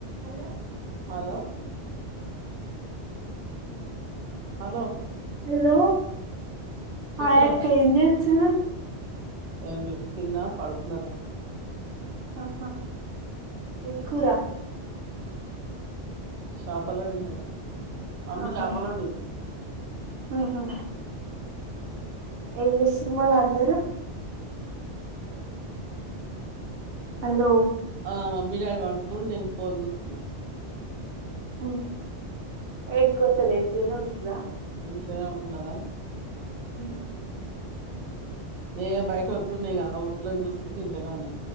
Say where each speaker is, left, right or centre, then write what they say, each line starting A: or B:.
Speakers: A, on the right; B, on the right.
A: Hello hello hello
B: hello
A: చెప్పురా
B: ఆయాక్కంది చు
A: ఏం లే తిన్నా పడుకున్నారా
B: ఆహా ఎం కూరా
A: చాపలు వండినయిగ అన్ని
B: ఆహా
A: చాపలు ఉన్నయి
B: ఉహు. ఏం చేసిం సిర్మాల అందరు హలో
A: ఆ మమ్మీ డాడీ పండుకుని నేను ఫోన్ చూస్తున్నా
B: ఉ ఏం కోర్ తో నైంటీ లో ఉంటర
A: ఇంట్లోనే ఉండదా
B: అ
A: ఏ బయట ఒడ్లు ఉన్నాయి ఆ ఓడ్లను చూసుకుంటు ఇంట్లోనే ఉన్నా